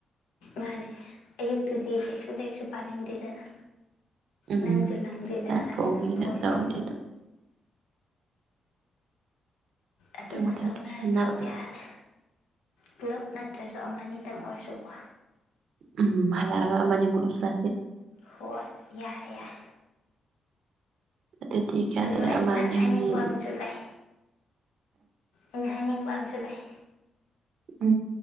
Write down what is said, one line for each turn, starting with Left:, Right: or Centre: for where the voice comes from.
Left: ꯃꯥꯅꯦ ꯑꯌꯨꯛꯇꯨꯗꯤ ꯀꯩꯁꯨ ꯂꯩꯩꯁꯨ ꯄꯥꯅꯤꯡꯗꯦꯗꯅ
Right: ꯎꯝ
Left: ꯅꯪꯁꯨꯅꯪꯒꯗ
Right: ꯆꯥꯛ ꯊꯣꯡꯉꯤꯉꯩꯗ
Left: ꯇ ꯐꯣꯟ
Right: ꯇꯧꯗꯦ
Left: ꯇ
Right: ꯑꯗꯣ
Left: ꯑꯗꯨꯗ
Right: ꯃꯊꯪ ꯃꯊꯪ
Left: ꯇꯧꯅꯔ
Right: ꯂꯣꯏꯁꯟꯅꯕ
Left: ꯊꯕꯛ ꯌꯥꯅꯤ ꯄꯨꯂꯞ ꯅꯠꯇ꯭ꯔꯁꯨ ꯑꯃꯅꯤꯅꯤꯇꯪ ꯑꯣꯏꯔꯁꯨꯀꯣ
Right: ꯎꯝ ꯍꯜꯒ ꯃꯅꯦ ꯃꯁ
Left: ꯍꯣꯏ ꯌꯥꯏ ꯌꯥꯏ
Right: ꯑ ꯊꯀꯦ ꯇꯔꯦ
Left: ꯑꯗꯨ ꯑꯩꯅ
Right: ꯑꯅꯤꯅꯤ
Left: ꯍꯥꯏꯅꯤꯡꯕ ꯑꯃꯁꯨ ꯂꯩ ꯑꯩꯅ ꯍꯥꯏꯅꯤꯡꯕ ꯑꯝꯁꯨ ꯂꯩꯥꯛ
Right: ꯎꯝ